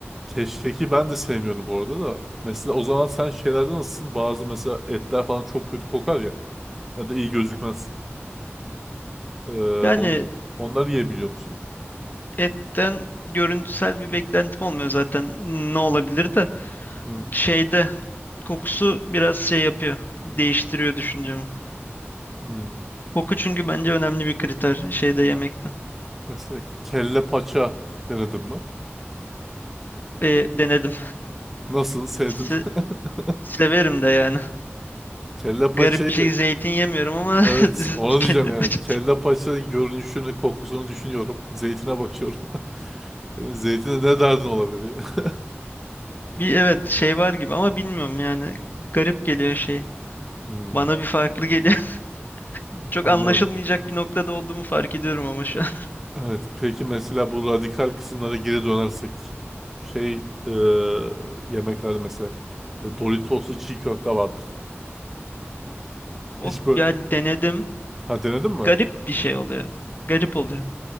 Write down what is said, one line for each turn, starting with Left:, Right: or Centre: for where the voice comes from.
Centre: Keşkeki ben de sevmiyorum bu arada da. Mesela o zaman sen şeylerde nasılsın? Bazı mesela etler falan çok kötü kokar ya. Ya da iyi gözükmez. Ee,
Left: Yani
Centre: on, onları yiyebiliyor musun?
Left: etten görüntüsel bir beklentim olmuyor zaten. Ne olabilir de
Centre: Hmm.
Left: şeyde kokusu biraz şey yapıyor. Değiştiriyor düşüncemi.
Centre: Hmm.
Left: Koku çünkü bence önemli bir kriter şeyde yemekte.
Centre: Mesela kelle paça denedim mi?
Left: E, denedim.
Centre: Nasıl? Sevdim.
Left: Se-
Centre: mi? <laughs>
Left: severim de yani.
Centre: Kelle paçayı
Left: Garip bir şey zeytin yemiyorum ama
Centre: Evet,
Left: <laughs>
Centre: ona
Left: kendi
Centre: diyeceğim
Left: yapacağız.
Centre: yani. Kelle paça görünüşünü, kokusunu düşünüyorum. Zeytine bakıyorum. <laughs> Senin zeytine ne derdin olabilir ya? <laughs>
Left: Bir evet şey var gibi ama bilmiyorum yani. Garip geliyor şey.
Centre: Hmm,
Left: Bana bir farklı geliyor. <laughs> Çok
Centre: anladım.
Left: anlaşılmayacak bir noktada olduğumu fark ediyorum ama şu an. <laughs>
Centre: Evet, peki mesela bu radikal kısımlara geri dönersek. Şey, e, yemeklerde mesela e, Doritos'lu çiğ köfte vardır.
Left: O
Centre: Hiç böyle...
Left: yani denedim.
Centre: Ha denedin mi?
Left: Garip bir şey oluyor. Garip oluyor.